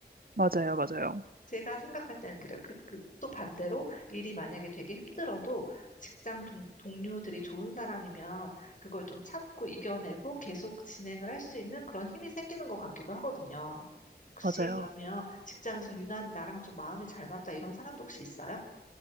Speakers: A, on the right; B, on the left.
A: 맞아요, 맞아요,
B: 제가 생각할 때는 그래요. 그, 그, 또 반대로 일이 만약에 되게 힘들어도 직장 동, 동료들이 좋은 사람이면 그걸 좀 참고 이겨내고 계속 진행을 할 수 있는 그런 힘이 생기는 것 같기도 하거든요. 혹시
A: 맞아요.
B: 그러면 직장에서 유난히 나랑 좀 마음이 잘 맞다 이런 사람도 혹시 있어요?